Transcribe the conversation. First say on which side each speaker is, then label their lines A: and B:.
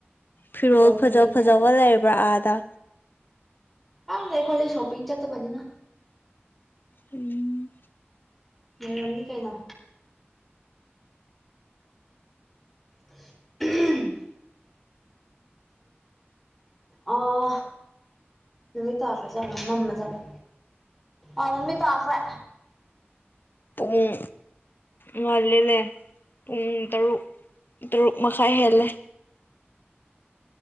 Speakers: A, on the left; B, in the centre.
A: ꯐꯤꯔꯣꯜ
B: ꯕꯜꯀꯅꯤꯗ
A: ꯐꯖ ꯐꯥꯖꯕ ꯂꯩꯕ꯭ꯔꯥ ꯑꯗꯥ
B: ꯀꯪꯗ ꯑꯩꯈꫭꯏꯗꯤ ꯁꯣꯄꯤꯡ ꯆꯠꯇꯕꯅꯤꯅ
A: ꯎꯝ꯫
B: ꯂꯩꯔꯝꯅꯤ ꯀꯩꯅꯣ <inaudible> ꯑꯥ ꯅꯨꯃꯤꯠ ꯇꯥꯈ꯭ꯔꯥ ꯖꯥꯠꯂꯥ ꯃꯝꯃ ꯖꯥꯠꯂꯥ ꯑꯥ ꯅꯨꯃꯤꯠ ꯇꯥꯈ꯭ꯔꯦ꯫
A: ꯄꯨꯡ ꯉꯥꯜꯂꯤꯅꯦ ꯄꯨꯡ ꯇꯔꯨꯛ ꯇꯔꯨꯛ ꯃꯈꯥꯏ ꯍꯦꯜꯂꯦ